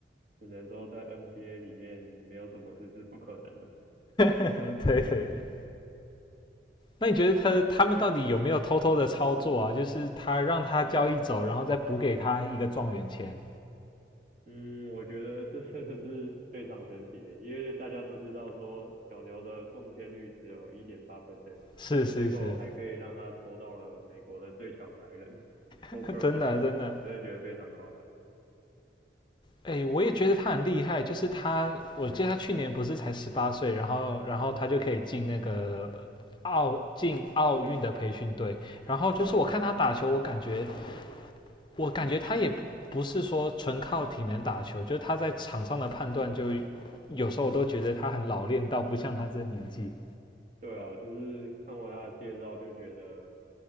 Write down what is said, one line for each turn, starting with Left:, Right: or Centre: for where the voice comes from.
Right: 只能说在 NBA 里面没有什么事是不可能的。
Left: <laughs> 对对对。那你觉得他他们到底有没有偷偷的操作啊？就是他让他交易走，然后再补给他一个状元签？
Right: 嗯，我觉得这真的是非常神奇耶因为大家都知道说小牛的中签率只有百分之一点八 percent，
Left: 是是是，
Right: 结果还可以让他抽到了美国的最强白人 <laughs> Cooper
Left: <laughs> 真的真的。
Right: f l a k e 真的觉得非常夸张。
Left: 哎，我也觉得他很厉害，就是他，我记得他去年不是才十八岁，然后然后他就可以进那个奥进奥运的培训队，然后就是我看他打球，我感觉我感觉他也不是说纯靠体能打球，就是他在场上的判断就有时候我都觉得他很老练到不像他这年纪，
Right: 对啊，就是看完他的介绍就觉得